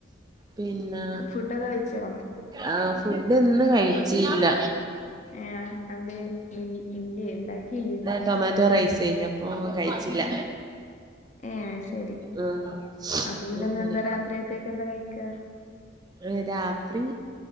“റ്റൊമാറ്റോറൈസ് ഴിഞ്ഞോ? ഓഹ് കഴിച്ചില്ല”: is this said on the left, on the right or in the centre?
Right